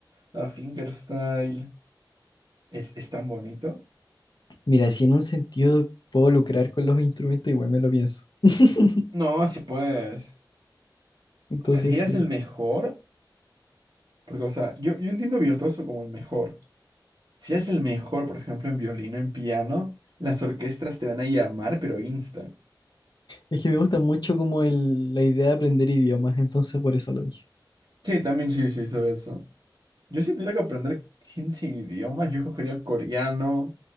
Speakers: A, on the right (about 65°); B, on the left (about 65°).
A: a fingerstyle. Es, es tan bonito.
B: Mira, si en un sentido puedo lucrar con los instrumentos, igual me lo pienso. <laughs>
A: No, si puedes.
B: Entonces
A: O sea, si eres
B: sí.
A: el mejor, porque, o sea, yo, yo entiendo virtuoso como el mejor. Si eres el mejor, por ejemplo, en violino, en piano, las orquestas te van a llamar, pero insta.
B: Es que me gusta mucho como el, la idea de aprender idiomas, entonces por eso lo dije.
A: Sí, también sí, sí, sobre eso. Yo si tuviera que aprender 15 idiomas, yo cogería coreano,